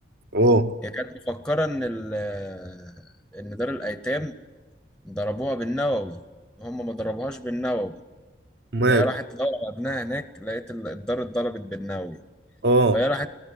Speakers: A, on the right; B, in the centre.
A: اه
B: هي كانت مفكرة إن ال- آه، إن دار الأيتام ضربوها بالنووي هم ما ضربوهاش بالنووي
A: مال
B: إن هي راحت تدور على ابنها هناك لقيت ال- الدار اتضربت بالنووي
A: اه
B: فهي راحت